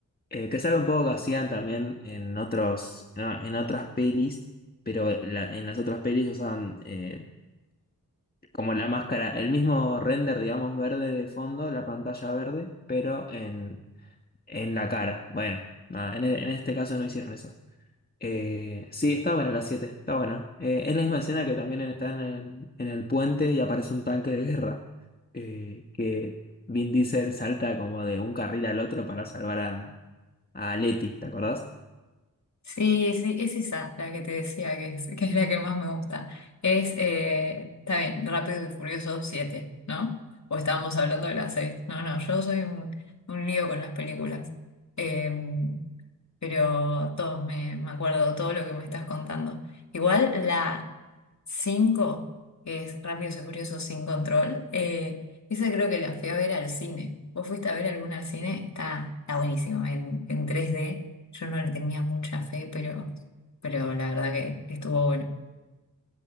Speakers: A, on the left; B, on the left.
A: eh, que es algo un poco que hacían también en otros, en, en otras pelis, pero la- en las otras pelis usaban eh, como la máscara, el mismo render, digamos, verde de fondo, la pantalla verde, pero en, en la cara. Bueno, nada, en, e- en este caso no hicieron eso. Eh, sí, está buena la siete está buena. Eh, es la misma escena que también está en el, en el puente y aparece un tanque de guerra, eh, que Vin Diesel salta como de un carril al otro para salvar a, a Letty, ¿te acordás?
B: Sí, sí, es esa la que te decía que es, <laughs> que es la que más me gusta. Es, eh, está bien, Rápido y Furioso siete ¿no? O estábamos hablando de las seis No, no, yo soy un, un lío con las películas. Eh, pero todo, me, me acuerdo todo lo que me estás contando. Igual la 5 que es Rápidos y Furiosos sin control, eh, esa creo que la fui a ver al cine. ¿Vos fuiste a ver alguna al cine? Está, está buenísimo, en, en tres d Yo no le tenía mucha fe, pero, pero la verdad que estuvo bueno.